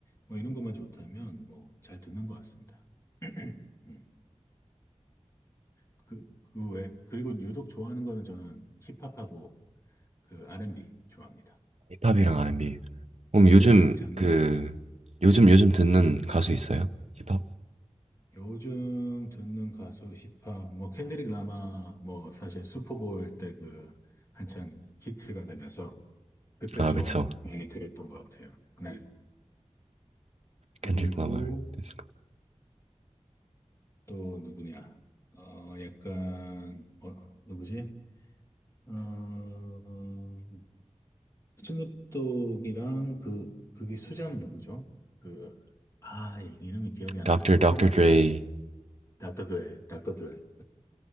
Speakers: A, on the left; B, on the right.
A: 뭐 이런 것만 좋다면 뭐 잘 듣는 것 같습니다. <clears throat> 음, 그, 그 외, 그리고 유독 좋아하는 거는 저는 힙합하고 그 R&B 좋아합니다.
B: 힙합이랑 R&B. 그럼
A: 예,
B: 요즘
A: 장르로.
B: 그 요즘 요즘 듣는 가수 있어요? 힙합?
A: 요즘 듣는 가수 힙합 뭐 켄드릭 라마 뭐 사실 슈퍼볼 때 그 한창 히트가 되면서 그때
B: 아
A: 좀
B: 그쵸.
A: 많이 들었던 것 같아요. 네. 그리고
B: Kendrick Lamar, 디스코.
A: 또 누구냐? 어 약간 어 누구지? 어 스눕독이랑 그 그게 수장 누구죠? 그 아 이름이 기억이 안
B: Dr.
A: 나네. 슈퍼볼
B: Dr. Dre.
A: 때였죠. 닥터 그레, 닥터 드레.